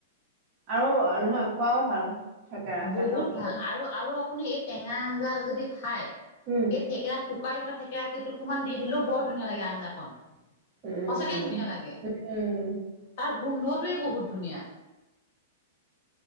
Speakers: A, on the right; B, on the left.
A: আৰু নহয় খোৱাও ভাল। থেকেৰা
B: বহুত
A: পেটৰ কাৰণে
B: ভাল আৰু আৰু আপুনি এই টেঙা আঞ্জা যদি খাই
A: উম
B: এই থেকেৰা কু শুকাই থোৱা থেকেৰা কেইটুকুৰমান দি দিলেও বৰ ধুনীয়া লাগে আঞ্জাখন।
A: উম
B: সঁচাকে ধুনীয়া লাগে
A: উম
B: তাৰ গোন্ধটোৱে বহুত ধুনীয়া।